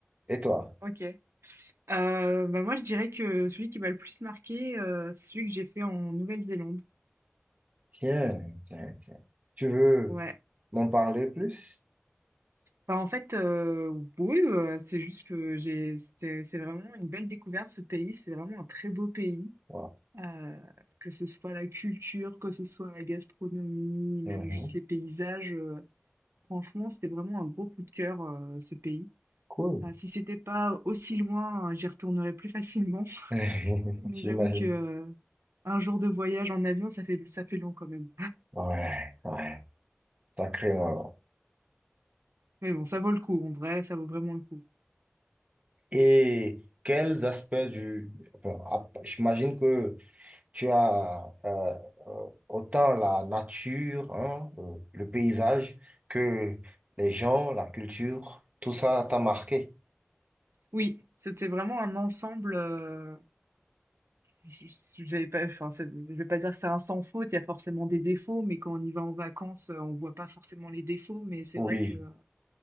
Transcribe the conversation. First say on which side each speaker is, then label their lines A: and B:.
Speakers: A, on the right (about 35°); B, on the right (about 90°).
A: Et toi?
B: Ok. Euh, bah moi, je dirais que celui qui m'a le plus marqué, euh, c'est celui que j'ai fait en Nouvelle-Zélande.
A: Tiens, tiens, tiens. Tu veux
B: Ouais.
A: m'en parler plus?
B: Bah, en fait, euh, oui, euh, c'est juste que j'ai, c'est c'est vraiment une belle découverte ce pays. C'est vraiment un très beau pays,
A: Voilà.
B: euh, que ce soit la culture, que ce soit la gastronomie, même
A: Mhm.
B: juste les paysages. euh, franchement, c'était vraiment un gros coup de cœur, euh, ce pays.
A: Cool.
B: Euh, si c'était pas aussi loin, euh, j'y retournerais plus facilement. <laughs>
A: <laughs>
B: Mais
A: J'imagine.
B: j'avoue que, euh, un jour de voyage en avion, ça fait, ça fait long quand même.
A: Ouais, ouais. Sacrément alors.
B: Mais bon, ça vaut le coup. En vrai, ça vaut vraiment le coup.
A: Et quels aspects du... bon, ap- j'imagine que tu as euh, euh, autant la nature, hein, euh, le paysage, que les gens, la culture, tout ça t'a marqué.
B: Oui, c'était vraiment un ensemble. euh, Je je je vais pas, enfin, c'est- je vais pas dire que c'est un sans faute, il y a forcément des défauts, mais quand on y va en vacances, euh, on voit pas forcément les défauts. Mais c'est
A: Oui,
B: vrai que euh,